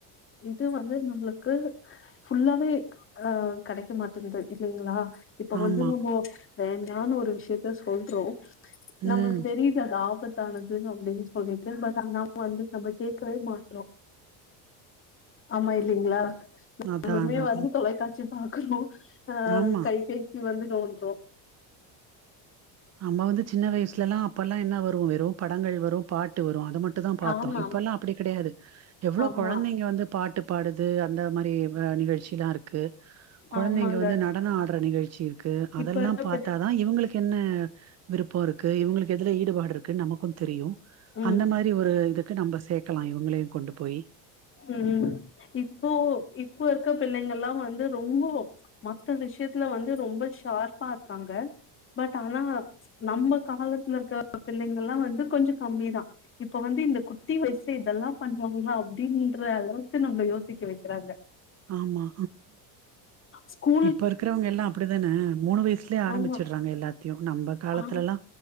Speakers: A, on the left (about 30°); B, on the right (about 35°).
A: இது வந்து உங்களுக்கு ஃபுல்லாவே அ கெடைக்க மாட்டேங்கது இல்லிங்ளா இப்ப
B: ஆமா
A: வந்து நம்ம வேண்டான்னு ஒரு விஷயத்த சொல்றோ நம்ளுக்கு
B: ம்
A: தெரியுது அது ஆபத் தானது அப்டின்னு சொல்லிட்டு பட் நாம வந்து நம்ம கேக்கவே மாட்ரோ ஆமா இல்லிங்ளா எப்பயூமே
B: அதா அதா
A: வந்து தொலைக்காட்சி பாக்குறோ அ
B: ஆமா
A: கைபேசி வந்து நோன்றோ
B: நாம்மவது சின்ன வயசுலலா அப்பெல்லா என்னா வரூ வெறும் படங்கள் வரூ பாட்டு வரூ அது மட் டுந் பாத்தோம்
A: ஆமா
B: இப்பெல்லா அப்டி கெடையாது எவ்ளோ
A: ஆமா
B: கொழந்தைங்க வந்து பாட்டுப் பாடுது அந்த மாரி நிகழ்ச்சி தா இருக்கு கொழந்தைங்க
A: ஆமாங்க
B: வந்து நடன ஆடுற நிகழ்ச்சி இருக்கு அதெல்லா
A: இப்ப இருக்க
B: பாத்தாதா
A: பெ
B: இவுங்களுக்கு என்ன விருப்போ இருக்கு இவுங்களுக்கு எதுல ஈடுபாடு இருக்கு நமக்கூ தெரியூ
A: ம்
B: அந்த மாரி ஒரு இதுக்கு நம்ம சேக்கலா இவுங்களயூ கொண்டு போயீ
A: ம் ம் இப்போ இப்போ இருக்க பிள்ளைங்கலா வந்து ரொம்போ மத்த விஷயத்துல வந்து ரொம்ப ஷார்ப்பா இருக்காங்க பட் ஆனா நம்ம காலத்துல இருக்க பிள்ளைங்களலா வந்து கொஞ்சொ கம்மிதா இப்ப வந்து இந்த குட்டி வயசெ இதெல்லா பண்ணுவாங்களா அப்டின்ற அளவுக்கு நம்மள யோசிக்க வெக்கிறாங்க
B: ஆமா
A: ஸ்கூ
B: இப்ப இருக்குறவங்க எல்லா அப்டிதானே மூணு வயசுலயே ஆரம்பிச்சடுறாங்க
A: ஆமா
B: எல்லாத்தியு நம்ம காலத்துல
A: ஆ
B: எல்லா